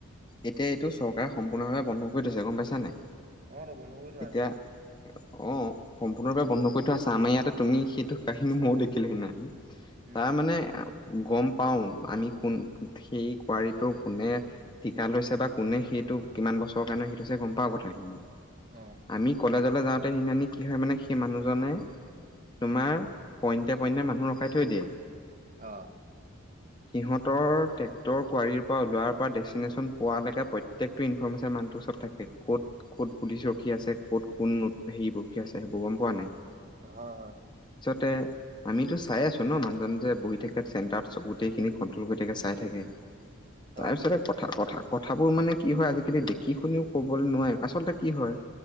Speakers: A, on the left; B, on the right.
A: এতিয়া এইটো চৰকাৰে সম্পূৰ্ণভাৱে বন্ধ কৰি থৈছে, গম পাইছা নাই।
B: অ তো বন্ধ কৰি থোৱা
A: এতিয়া
B: আছে
A: অ' সম্পূৰ্ণৰূপে বন্ধ কৰি থোৱা আছে। আমাৰ ইয়াতে তুমি সেইটো কাহিনী মইও দেখিলো সেই দিনা।
B: উম
A: তাৰ মানে গ'ম পাওঁ। আমি কোন সেই কুৱৰীটো কোনে ঠিকা লৈছে বা কোনে সেই টো কিমান বছৰৰ কাৰণে ৰাখি থৈছে গ'ম পাওঁ কথাখিনি।
B: অ
A: আমি কলেজ জলৈ যাওঁতে সিদিনাখনি কি হয় মানে সেই মানুহ জনে, তোমাৰ পইণ্টে পইণ্টে মানুহ ৰ খাই থৈ দিয়ে।
B: অ'।
A: সিহঁতৰ টেক্টৰ কুৱাঁৰীৰ পৰা ওলোৱাৰ পৰা ডেষ্টিনেশ্যন পোৱালেকে প্ৰত্যেকটো ইনফৰ্মেচন মানুটো ওচৰ থাকে। ক'ত ক'ত পুলিচ ৰখি আছে, ক'ত কোন নোট হেৰি <unintelligible> আছে সেইবোৰ গম পোৱা নাই।
B: হয় হয়।
A: তে আমিতোঁ চাই আছোঁ ন, মানুহজন যে বহি থাকে, চেণ্টাৰত চ গোটেইখিনি কন্ট্ৰল কৰি থাকে চাই থাকে।
B: হয়
A: তাৰপিছতে কথা কথা কথাবোৰ মানে কি হয় আজিকালি দেখি শুনিওঁ ক'বল নোৱাৰি। আচলতে কি হয়